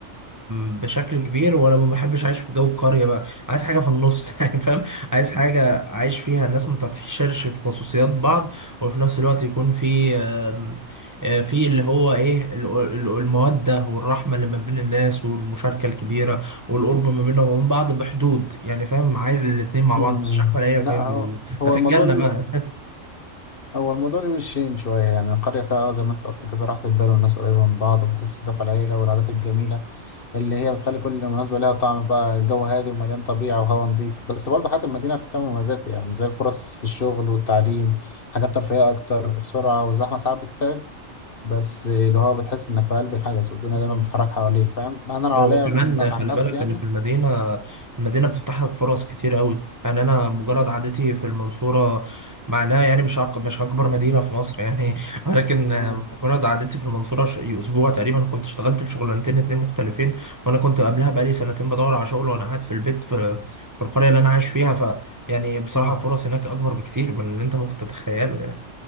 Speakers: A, on the right; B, on the left.
A: بشكل كبير ولا ما بحبش اعيش في جو قريه بقى عايز حاجه في النص <laughs> يعني فاهم عايز حاجه اعيش فيها الناس ما تتحشرش في خصوصيات بعض وفي نفس الوقت يكون في آم، آه، في اللي هو ايه ال- ال- الموده والرحمه اللي ما بين الناس والمشاركه الكبيره والقرب ما بينهم وبين بعض بحدود يعني فاهم عايز الاتنين مع
B: أمم.
A: بعض بس مش عارف الاقيها
B: لا
A: فين دي
B: هو
A: والله.
B: هو
A: ده في
B: الموضوع
A: الجنه
B: ليه
A: بقى
B: هو الموضوع ليه وشين شوية يعني القرية فيها آه، زي ما انت قلت كده راحة البال والناس قريبة من بعض وبتحس بدفء العيلة والعادات الجميلة اللي هي بتخلي كل مناسبة لها طعم بقى الجو هادي ومليان طبيعة وهواء نظيف بس برضه حياة المدينة فيها مميزات يعني زي الفرص في الشغل والتعليم حاجات ترفيهية أكتر السرعة والزحمة ساعات بتتعب بس اللي هو بتحس إنك في قلب الحدث والدنيا
A: <laughs>
B: دايما بتتحرك حواليك
A: <laughs>
B: فاهم أنا لو عليا
A: هو كمان
B: من-
A: خلي
B: عن نفسي
A: بالك
B: يعني
A: ان في المدينه المدينه بتفتح لك فرص كتير قوي يعني انا مجرد عادتي في المنصوره معناها يعني مش أك- مش اكبر مدينه في مصر يعني <laughs> ولكن
B: مم.
A: مجرد عادتي في المنصوره ش- اسبوع تقريبا كنت اشتغلت في شغلانتين اتنين مختلفين وانا كنت قبلها بقالي سنتين بدور على شغل وانا قاعد في البيت في في القريه اللي انا عايش فيها ف يعني بصراحه
B: مم.
A: الفرص هناك اكبر بكتير من اللي انت ممكن تتخيله يعني